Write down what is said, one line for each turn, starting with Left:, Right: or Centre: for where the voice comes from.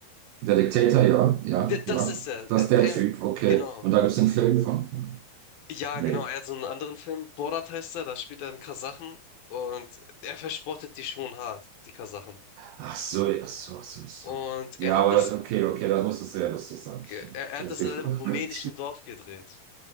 Right: Der Diktator, ja, ja,
Left: D- Das
Right: ja.
Left: ist er.
Right: Das ist der
Left: Er,
Right: Typ, okay.
Left: genau.
Right: Und da gibt es einen Film von.
Left: Ja,
Right: Nee.
Left: genau, er hat so einen anderen Film. Borat heißt er, da spielt er einen Kasachen und er verspottet die schon hart, die Kasachen.
Right: Ach so, ach so, ach so, ach so.
Left: Und
Right: Ja,
Left: er hat
Right: aber
Left: das,
Right: das, okay, okay, das muss es sehr lustig sein.
Left: er,
Right: Ich
Left: er
Right: stelle
Left: hat das
Right: mir
Left: in
Right: vor.
Left: einem rumänischen
Right: <laughs> Gott.
Left: Dorf gedreht,